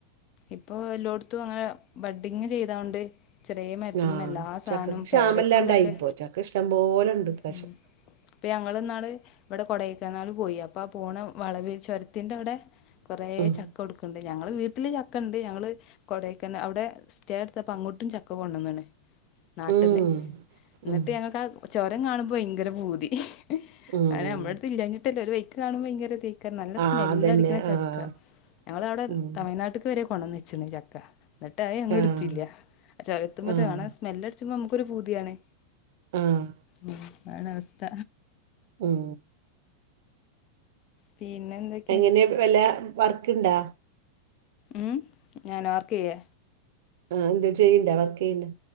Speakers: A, on the left; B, on the right.
A: ഇപ്പൊ എല്ലോടത്തും അങ്ങനെ ബഡ്ഡിങ്ങ് ചെയ്തൊണ്ട് ചെറിയ മരുത്തിമന്ന്
B: ആഹ്
A: എല്ലാ സാനും
B: ചക്കക്ക് ക്ഷാമല്ലാണ്ടായിപ്പോ
A: പേരക്കിം ഇന്തൊക്കെ
B: ചക്ക ഇഷ്ടം പോലെ ഉണ്ട് ഇപ്രാവശ്യം
A: ഉം ഇപ്പൊ ഞങ്ങൾന്നാള് ഇവിടെ കൊഡെയ്ക്കനാൽ പോയി അപ്പൊ അ പോണ വളവിൽ ചുരത്തിന്റെ അവിടെ കുറെ
B: ഉം
A: ചക്ക കൊടുക്കണ്ട് ഞങ്ങള് വീട്ടില് ചക്ക ഉണ്ട് ഞങ്ങള് കൊടയ്ക്കന അവിടെ സ്റ്റേ എടുത്തപ്പോ അങ്ങോട്ടും ചക്ക കൊണ്ടന്ന്ണ് നാട്ടിന്ന്
B: ഉം
A: എന്നിട്ട്
B: ഉം
A: ഞങ്ങ നിക്കാ ചോരം കാണുമ്പോൾ ഭയങ്കര ഭൂതി
B: ഉം
A: കാരണം നമ്മുടെ അടുത്ത് ഇല്ലഞ്ഞിട്ടല്ല ഒരു വഴി കാണുമ്പോ ഭയങ്കരതയിക്കാ നല്ലസ്മെല്ലടിക്ക്ണ
B: ആ അതന്നെ
A: ചക്ക
B: ആഹ്
A: ഞങ്ങളെവിടെ
B: ഉം
A: തമിഴ്നാട്ടിക്ക് വരെ കൊണ്ടന്ന് വച്ചീണ് ചക്ക എന്നിട്ട് അത് ഞങ്ങൾ എടുത്തില്ല
B: ആഹ്
A: ചൊരതമ്മതാണ്
B: ആഹ്
A: ത് സ്മല്ലടിച്ചിമ്പോ ഞമ്മ പ്പൊ ഒരു പൂതിയാണ്
B: ആഹ്
A: ഉം ആണ് അവസ്ഥ
B: ഉം
A: പിന്നെ എന്തൊക്കെ?
B: എങ്ങനെ വല്ല വർക്ക്ണ്ടാ?
A: ഉം ഞാനോ വർക്ക് യ്യേ?
B: ആഹ് എന്തെ ചെയ്യ്ണ്ടാ വർക്ക് ചെയ്യ്ണ്ടാ?